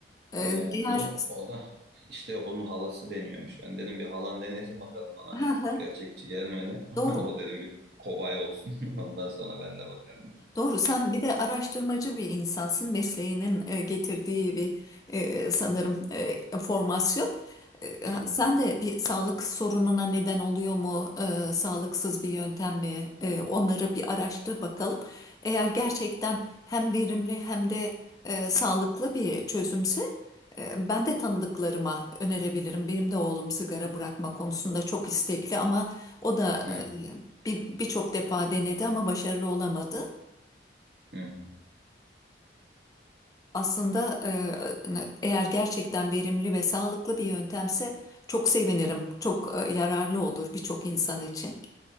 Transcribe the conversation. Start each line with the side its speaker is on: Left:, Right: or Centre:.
Left: Ee,
Right: Ee,
Left: Eğer
Right: yok o
Left: <laughs>
Right: da işte onun halası deniyormuş. Ben dedim bir halan denesin bakalım bana
Left: Hı
Right: dedim. Çok
Left: hı,
Right: gerçekçi gelmedi. <laughs>
Left: doğru.
Right: Ama o dedim bir kobay olsun. <laughs> Ondan sonra ben de bakarım dedim.
Left: Doğru, sen bir de araştırmacı bir insansın. Mesleğinin e, getirdiği bir e, sanırım e, formasyon. E,
Right: Hı
Left: ha-
Right: hı,
Left: sen de bir sağlık sorununa neden oluyor mu? E, sağlıksız bir yöntem mi? E, onları bir araştır bakalım. Eğer gerçekten hem verimli hem de e, sağlıklı bir çözümse e, ben de tanıdıklarıma önerebilirim. Benim de oğlum sigara bırakma konusunda çok istekli ama o da
Right: hı,
Left: e, bir- birçok defa denedi ama başarılı olamadı.
Right: hı,
Left: Aslında e, eğer gerçekten verimli ve sağlıklı bir yöntemse çok sevinirim. Çok e, yararlı olur birçok insan için.